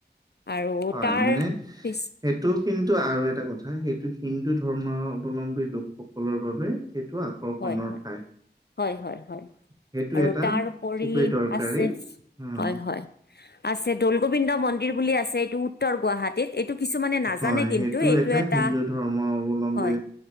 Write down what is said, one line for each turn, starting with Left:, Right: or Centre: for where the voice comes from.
Left: আৰু
Right: হয়
Left: তাৰ
Right: মানে
Left: পিছ
Right: সেইটো কিন্তু আৰু এটা কথা সেইটো হিন্দু ধৰ্ম অৱলম্বী লোকসকলৰ বাবে সেইটো আকৰ্ষণৰ
Left: হয়, হয়,
Right: ঠাই।
Left: হয়, হয়, হয়,
Right: সেইটো
Left: আৰু
Right: এটা
Left: তাৰপৰি
Right: খুবেই দৰকাৰী
Left: আছে
Right: উম,
Left: হয়, হয় আছে দল গোবিন্দ মন্দিৰ বুলি আছে এইটো উত্তৰ গুৱাহাটীত এইটো কিছুমানে নাজানে
Right: হয়,
Left: কিন্তু
Right: সেইটো
Left: এইটো
Right: এটাই
Left: এটা
Right: হিন্দু ধৰ্ম অৱলম্বী
Left: হয়,